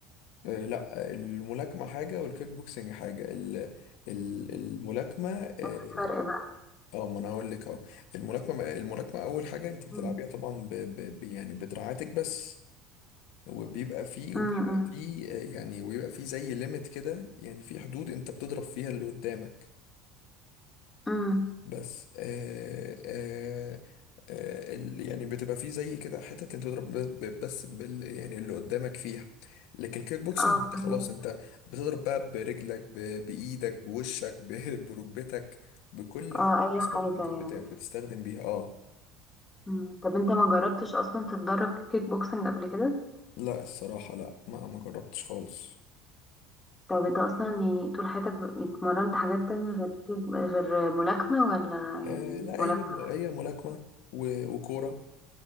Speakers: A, on the left; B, on the left.
A: آه، لا الملاكمة حاجة والكيك بوكسنج حاجة ال ال الملاكمة اه
B: ايه الفرق بقى
A: آه، ما انا هقول لك اهو الملاكمة الملاكمة اول حاجة انت بتلعبيها
B: أمم،
A: طبعا ب ب ب- يعني بدراعاتك بس وبيبقى فيه وبيبقى
B: أمم،
A: فيه آه، يعني ويبقى فيه زي ليميت كده يعني في حدود انت بتضرب فيها اللي قدامك
B: أمم.
A: بس آه آه آه ال- يعني بتبقى فيه زي كده حتت انت بتضرب بس, بس بال يعني اللي قدامك فيها لكن الكيك بوكسنج
B: اه
A: انت
B: فاهمك
A: خلاص انت بتضرب بقى برجلك ب- بايدك بوشك ب- <laughs> بركبتك بكل حتة
B: اه
A: في
B: أي
A: جسمك
B: حاجة
A: بت بت
B: يعني
A: بتستخدم بيها اه
B: مم. طب انت ما جربتش اصلا تتدرب كيك بوكسنج قبل كده
A: لا الصراحة لا ما ما جربتش خالص
B: طب انت اصلا يعني طول حياتك ب- اتمرنت حاجات تانية غير كيك غير ملاكمة ولا يعني
A: آه لا
B: ملاكمة
A: هي هي ملاكمة و- وكورة